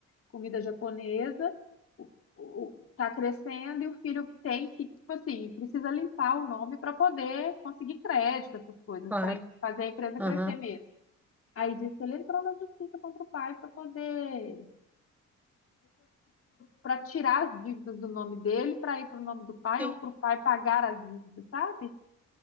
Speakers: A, on the left; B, in the centre.
A: comida japonesa, o, o- tá crescendo e o filho tem que, tipo assim, precisa limpar o nome para poder conseguir crédito, essas coisas,
B: Claro.
A: para fazer a empresa
B: Aham.
A: crescer mesmo. Aí disse que ele entrou na justiça contra o pai para poder para tirar as dívidas do nome dele para ir para o nome do pai
B: Sim,
A: ou para o pai pagar as dívidas, sabe?